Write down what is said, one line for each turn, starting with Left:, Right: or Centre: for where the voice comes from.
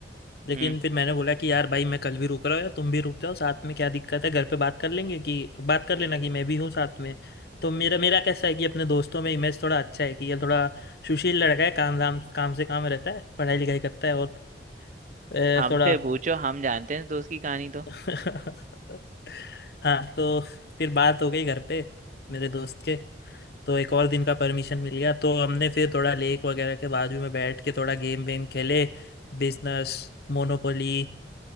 Left: लेकिन
Right: हम्म
Left: फिर मैंने बोला कि यार भाई मैं कल भी रुक रहा हूँ या तुम भी रुक जाओ साथ में क्या दिक्कत है घर पे बात कर लेंगे कि बात कर लेना कि मैं भी हूँ साथ में तो मेरा मेरा कैसा है कि अपने दोस्तों में इमेज थोड़ा अच्छा है कि ये थोड़ा सुशील लड़का है काम धाम काम से काम रहता है पढ़ाई लिखाई करता है और अ,
Right: हमसे
Left: थोड़ा
Right: पूछो हम जानते हैं दोस्त की कहानी तो
Left: <laughs> हाँ तो फिर बात हो गई घर पे मेरे दोस्त के तो एक और दिन का परमिशन मिल गया तो हमने फिर थोड़ा लेक वगैरह के बाजू में बैठ के थोड़ा गेम वेम खेले बिजनेस मोनोपोली